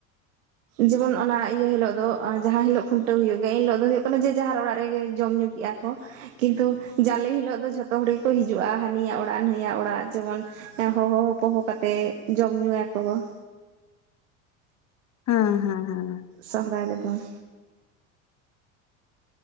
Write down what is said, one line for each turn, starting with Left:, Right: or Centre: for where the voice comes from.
Right: ᱡᱮᱢᱚᱱ ᱚᱱᱟ ᱤᱭᱟᱹ ᱦᱤᱞᱚᱜ ᱫᱚ <unintelligible> ᱡᱟᱦᱟᱸ ᱦᱤᱞᱚᱜ ᱠᱷᱩᱱᱴᱟᱹᱣ ᱦᱩᱭᱩᱜ ᱜᱮᱭᱟ ᱤᱱ ᱦᱤᱞᱚᱜ ᱫᱚ ᱦᱩᱭᱩᱜ ᱠᱟᱱᱟ ᱡᱮ ᱡᱟᱦᱟᱨ ᱚᱲᱟᱜ ᱨᱮᱜᱮ ᱡᱚᱢ ᱧᱩ ᱠᱮᱜ-ᱟ ᱠᱚ ᱾ ᱠᱤᱱᱛᱩ ᱡᱟᱞᱮ ᱦᱤᱞᱚᱜ ᱫᱚ ᱡᱷᱚᱛᱚ ᱦᱚᱲ ᱜᱮᱠᱚ ᱦᱤᱡᱩᱜ-ᱟ, ᱦᱟᱹᱱᱤᱭᱟᱜ ᱚᱲᱟᱜ ᱱᱟᱹᱭᱟᱜ ᱚᱲᱟᱜ ᱡᱮᱢᱚᱱ ᱮᱸ ᱦᱚᱦᱚ ᱦᱚᱯᱚᱦᱚ ᱠᱟᱛᱮᱜ ᱡᱚᱢ ᱧᱩᱭᱟᱠᱚ ᱾
Left: ᱦᱮᱸ ᱦᱮᱸ ᱦᱮᱸ ᱾
Right: ᱥᱚᱦᱨᱟᱭ ᱨᱮᱫᱚ ᱾